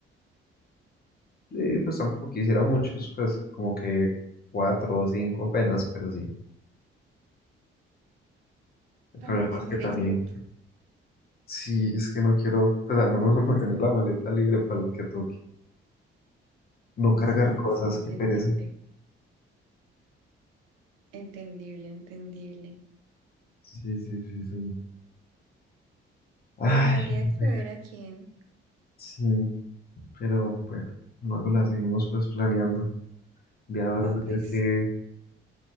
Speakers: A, on the left (about 30°); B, on the right (about 80°).
A: Eh, pues tampoco quisiera muchos, pues como que cuatro o cinco apenas, pero sí.
B: <laughs>
A: El problema
B: para no llenar
A: es que también,
B: el cupo.
A: sí, es que no quiero, pues al menos <laughs> no tener la maleta libre para lo que toque. No cargar
B: Sí, sí,
A: cosas,
B: sí, entendible.
A: qué pereza.
B: Entendible, entendible.
A: Sí, sí, sí, sí. Ay,
B: Pues habría
A: no,
B: que
A: hombre.
B: ver a quién
A: Sí, pero bueno, luego la seguimos pues planeando. Voy a
B: va,
A: dormir
B: pues.
A: que,